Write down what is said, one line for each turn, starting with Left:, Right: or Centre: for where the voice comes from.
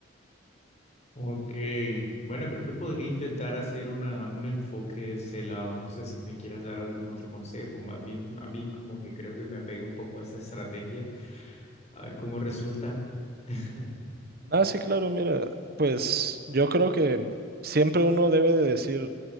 Left: Ok, bueno, creo que podría intentar hacer una, un enfoque de ese lado. No sé si me quieras dar algún otro consejo, más bien, más bien como que creo que me apego un poco a esta estrategia, a ver cómo resulta. <laughs>
Right: Ah, sí, claro, mira, pues yo creo que siempre uno debe de decir,